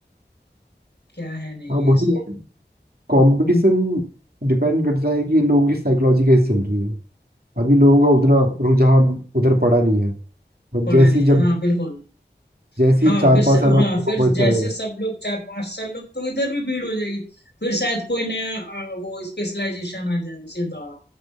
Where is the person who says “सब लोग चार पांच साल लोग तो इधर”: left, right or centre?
Left